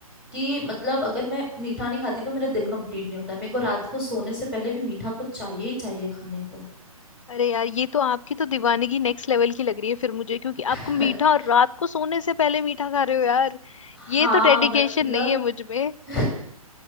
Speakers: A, in the centre; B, on the left.
A: कि मतलब अगर मैं मीठा नहीं खाती तो मेरा दिन कंप्लीट नहीं होता है मेरे को रात को सोने से पहले भी मीठा कुछ चाहिए ही चाहिए खाने को
B: अरे यार ये तो आपकी तो दीवानगी नेक्स्ट लेवल की लग रही है फिर मुझे क्योंकि आपको
A: <laughs>
B: मीठा और रात को सोने से पहले मीठा खा रहे हो यार ये
A: हाँ
B: तो डेडिकेशन
A: मतलब
B: नहीं है मुझ में
A: <laughs>